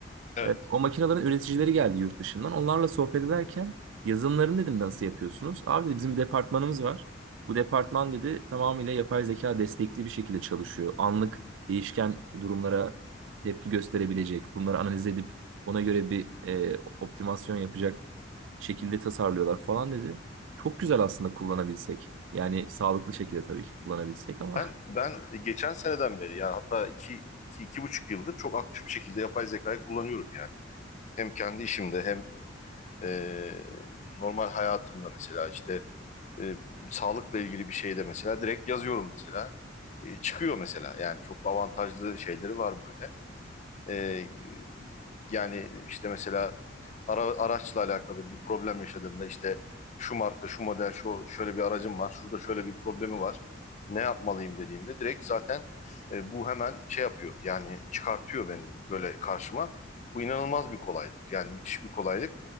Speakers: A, on the left; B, on the right.
A: evet.
B: Evet, o makinelerin üreticileri geldi yurt dışından. Onlarla sohbet ederken yazılımlarını dedim nasıl yapıyorsunuz? Abi dedi, bizim bir departmanımız var. Bu departman dedi tamamıyla yapay zeka destekli bir şekilde çalışıyor. Anlık değişken durumlara tepki gösterebilecek, bunları analiz edip ona göre bir e, optimasyon yapacak şekilde tasarlıyorlar falan dedi. Çok güzel aslında kullanabilsek. Yani sağlıklı şekilde tabii ki kullanabilsek ama
A: Ben ben geçen seneden beri yani hatta iki, iki, iki buçuk yıldır çok aktif bir şekilde yapay zekayı kullanıyorum yani. Hem kendi işimde hem e, normal hayatımda mesela işte e, sağlıkla ilgili bir şeyde mesela direkt yazıyorum mesela. E, çıkıyor mesela. Yani çok avantajlı şeyleri var böyle. Ee, yani işte mesela ara, araçla alakalı bir problem yaşadığımda işte şu marka, şu model, şu şöyle bir aracım var, şurada şöyle bir problemi var. Ne yapmalıyım dediğimde direkt zaten e, bu hemen şey yapıyor. Yani çıkartıyor benim böyle karşıma. Bu inanılmaz bir kolaylık. Yani müthiş bir kolaylık.